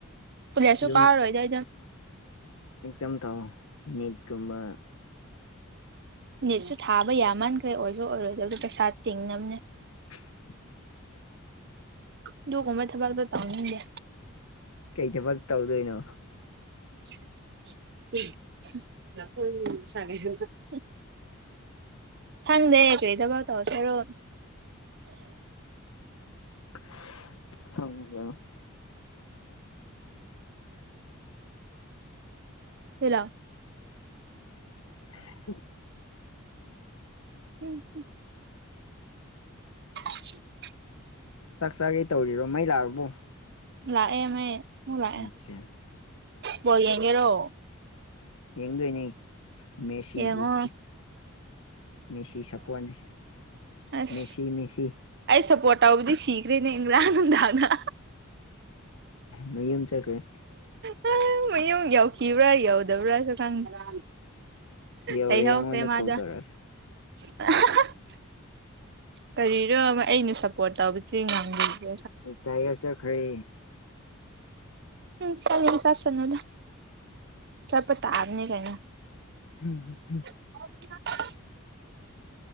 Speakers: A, on the right (about 50°); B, on the left (about 80°).
A: ꯀꯣꯂꯦꯁꯁꯨ
B: ꯑꯗꯨꯝ
A: ꯀꯥꯔꯔꯣꯏꯗ ꯑꯩꯗꯤ
B: ꯑꯦꯛꯖꯥꯝ ꯊꯥꯎ ꯅꯤꯠꯀꯨꯝꯕ
A: ꯅꯤꯠꯁꯨ ꯊꯥꯕ ꯌꯥꯃꯥꯟꯈ꯭ꯔꯦ ꯑꯣꯏꯔꯁꯨ ꯑꯣꯏꯔꯣꯏꯗꯕꯗ ꯄꯩꯁꯥ ꯇꯤꯡꯅꯕꯅꯦ
B: <unintelligible>
A: ꯑꯗꯨꯒꯨꯝꯕ ꯊꯕꯛꯗꯣ ꯇꯧꯅꯤꯡꯗꯦ
B: ꯀꯩ ꯊꯕꯛ ꯇꯧꯗꯣꯏꯅꯣ
A: <unintelligible> ꯈꯪꯗꯦ ꯀꯔꯤ ꯊꯕꯛ ꯇꯧꯗꯣꯏꯔꯣ
B: <unintelligible> ꯈꯪꯗꯦꯗꯥ
A: UNINTELLIGIBLE
B: <unintelligible>
A: ꯎꯝ <unintelligible>
B: ꯆꯥꯛ ꯆꯥꯒꯦ ꯇꯧꯔꯤꯕ ꯃꯩ ꯂꯥꯛꯑꯕꯨ
A: ꯂꯥꯛꯑꯦ ꯃ ꯑꯃꯨꯛ ꯂꯥꯛꯑꯦ
B: ꯑꯠꯆꯥ
A: ꯕꯣ ꯌꯦꯡꯒꯦꯔꯣ
B: ꯌꯦꯡꯗꯣꯏꯅꯦ ꯃꯦꯁꯤꯕꯨ
A: ꯌꯦꯡꯉꯣ
B: ꯐꯨ ꯃꯦꯁꯤ ꯁꯄ꯭ꯔꫭꯠꯅꯦ
A: ꯑꯁ
B: ꯃꯦꯁꯤ ꯃꯦꯁꯤ
A: ꯑꯩ ꯁꯞꯄꯣꯔꯠ ꯇꯧꯕꯗꯤ ꯁꯤꯈ꯭ꯔꯦꯅꯦ ꯏꯔꯥꯡ ꯅꯨꯡꯗꯥꯡꯅ
B: ꯃꯌꯨꯝ ꯆꯠꯈ꯭ꯔꯦ
A: ꯑ ꯃꯌꯨꯝ ꯌꯧꯈꯤꯕ꯭ꯔꯥ ꯌꯧꯗꯕ꯭ꯔꯥꯁꯨ ꯈꯪꯗ
B: ꯌꯧꯔꯦ
A: ꯀꯩ ꯍ
B: ꯑꯩꯉꯣꯟꯗ
A: ꯀꯦ ꯃꯥꯖꯥ
B: ꯀꯣꯜ ꯇꯧꯔꯛꯑꯦ
A: <unintelligible>
B: ꯎ <inaudible>
A: ꯀꯔꯤꯅꯣ ꯑꯩꯅ ꯁꯞꯄꯣꯔꯠ ꯇꯧꯕꯁꯦ ꯉꯝꯕꯤꯒꯦ
B: ꯔꯤꯇꯥꯏꯌꯔ ꯆꯠꯈ꯭ꯔꯦ
A: ꯎꯝ ꯆꯠꯅꯤꯡ ꯆꯠꯁꯅꯨꯗ ꯆꯠꯄꯇꯕꯅꯤ ꯀꯩꯅꫭ
B: ꯍꯝ ꯍꯝ ꯍꯝ
A: ꯑ